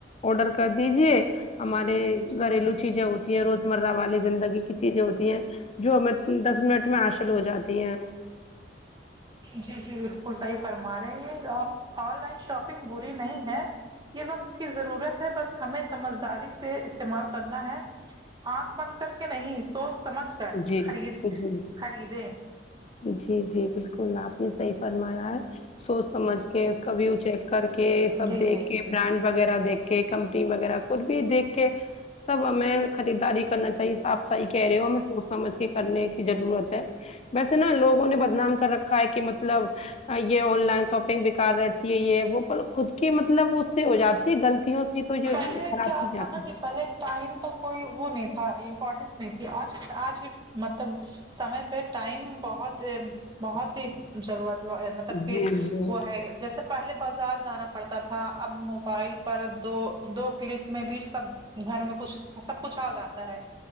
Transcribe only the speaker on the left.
آرڈر کر دیجے ہمارے گھریلو چیزیں ہوتی ہیں روز مرہ والی زندگی کی چیزیں ہوتی ہیں جو ہمیں دس منٹ میں حاصل ہو جاتی ہیں
جی
جی
جی جی بالکل آپ نے صحیح فرمایا ہے سوچ سمجھ کے اس کا ویو چیک کر کے سب
دیکھ
کے برانڈ وغیرہ دیکھ کے کمپنی وغیرہ کچھ بھی دیکھ کے سب ہمیں خریداری کرنا چاہیے آپ صحیح کہہ رہے ہو ہمیں کو سمجھ کے کرنے کی ضرورت ہے ویسے نا لوگوں نے بدنام کر رکھا ہے کہ مطلب یہ آن لائن شاپنگ بےکار رہتی ہے یہ وہ خود کی مطلب اس سے ہو جاتی غلطیوں سے تو جو
خراب
چیزیں
آتی
جی جی